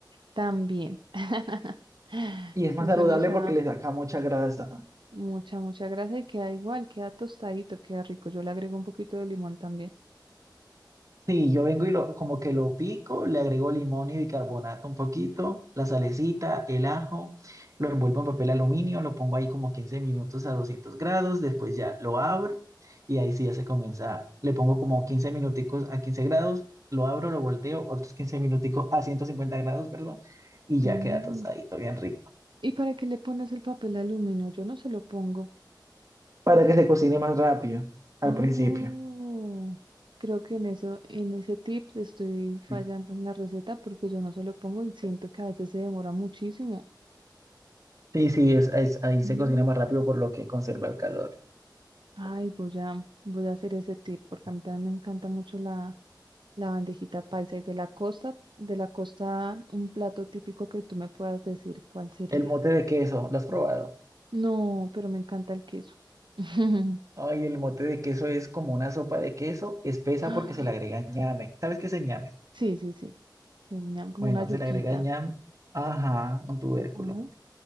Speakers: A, on the right; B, on the right.
A: también. <laughs>
B: Y es más
A: Eso
B: saludable
A: nos da
B: porque le saca mucha grasa.
A: mucha, mucha grasa y queda igual, queda tostadito, queda rico. Yo le agrego un poquito de limón también.
B: Sí, yo vengo y lo, como que lo pico, le agrego limón y bicarbonato un poquito, la salecita, el ajo, lo envuelvo en papel aluminio, lo pongo ahí como 15 minutos a 200 grados, después ya lo abro y ahí sí ya se comienza, le pongo como 15 minuticos a 15 grados, lo abro, lo volteo, otros 15 minuticos a 150 grados, perdón, y ya
A: Mm.
B: queda tostadito, bien rico.
A: ¿Y para qué le pones el papel aluminio? Yo no se lo pongo.
B: Para que se cocine más rápido al
A: Oh,
B: principio.
A: creo que en eso, en ese tip estoy fallando
B: Ujú.
A: en la receta porque yo no se lo pongo y siento que a veces se demora muchísimo.
B: Sí, sí, es, es- ahí se
A: Mm.
B: cocina más rápido por lo que conserva el calor.
A: Ay, voy a, voy a hacer ese tip porque a mí también me encanta mucho la, la bandejita paisa y de la costa, de la costa, un plato típico que tú me puedas decir cuál sería.
B: El mote de queso, ¿lo has probado?
A: No, pero me encanta el queso. <laughs>
B: Ay, el mote de queso es como una sopa de queso espesa
A: Ah,
B: porque se le agrega ñame. ¿Sabes qué es el ñame?
A: Sí, sí, sí. El Ñam, Como
B: Bueno,
A: una yuquita.
B: se le agrega ñame. Ajá, un tubérculo.
A: Ajá.